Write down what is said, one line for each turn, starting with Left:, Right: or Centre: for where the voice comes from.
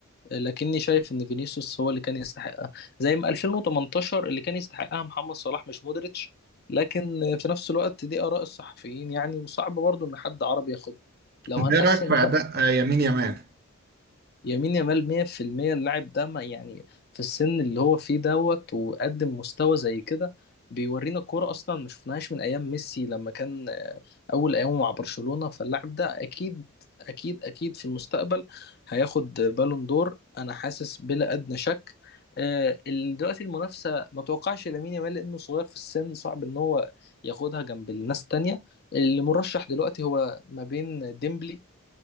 Left: لكني شايف ان فينيسيوس هو اللي كان يستحقها زي ما 2018 اللي كان يستحقها محمد صلاح مش مودريتش لكن في نفس الوقت دي آراء الصحفيين يعني وصعب برضو ان حد عربي ياخدها لو
Right: ايه
Left: هنقسم
Right: رايك في اداء
Left: بقى
Right: آه، يمين يمان
Left: يمين يامال 100% اللاعب ده ما يعني في السن اللي هو فيه دوت وقدم مستوى زي كده بيورينا كورة أصلا ما شفناهاش من أيام ميسي لما كان آه، أول أيامه مع برشلونة فاللاعب ده أكيد أكيد أكيد في المستقبل هياخد بالون دور أنا حاسس بلا أدنى شك آه، ال- دلوقتي المنافسة ما توقعش لامين يامال لأنه صغير في السن صعب إن هو ياخدها جنب الناس التانية المرشح دلوقتي هو ما بين ديمبلي